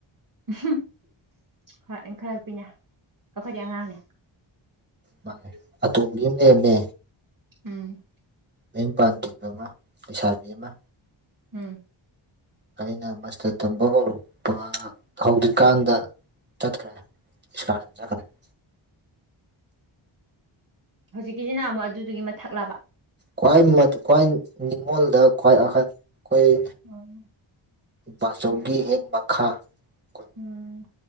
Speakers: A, on the right (about 40°); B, on the right (about 20°).
A: <unintelligible> ꯍꯣꯏ ꯏꯟꯈꯠꯂꯛꯄꯤꯅꯦ ꯑꯩꯈꯣꯏꯗꯤ ꯑꯉꯥꯡꯅꯦ
B: ꯃꯥꯅꯦ ꯑꯇꯣꯝꯕꯤ ꯑꯃ ꯂꯩꯔꯝꯃꯦ
A: ꯎꯝ
B: ꯃꯌꯨꯝ ꯄꯥꯟꯗ꯭ꯔꯤꯕꯃꯥ ꯂꯩꯁꯥꯕꯤ ꯑꯃ
A: ꯎꯝ
B: ꯑꯩꯅ ꯃꯁꯇꯔ ꯇꯝꯕ ꯍꯧꯔꯛꯄ ꯍꯧꯗ꯭ꯔꯤꯀꯥꯟꯗ ꯆꯠꯈ꯭ꯔꯦ <unintelligible>
A: ꯍꯧꯖꯤꯛꯀꯤꯁꯤꯅ ꯑꯃꯨꯛ ꯑꯗꯨꯗꯨꯒꯤ ꯃꯊꯛꯂꯥꯕ
B: ꯈ꯭ꯋꯥꯏ ꯃꯥ ꯈ꯭ꯋꯥꯏ ꯅꯤꯡꯉꯣꯜꯗ ꯈ꯭ꯋꯥꯏ ꯑꯍꯜ ꯑꯩꯈꯣꯏ
A: ꯎꯝ
B: ꯕꯥꯆꯧꯒꯤ ꯍꯦꯛ ꯃꯈꯥ ꯑꯩꯈꯣꯏ
A: ꯎꯝ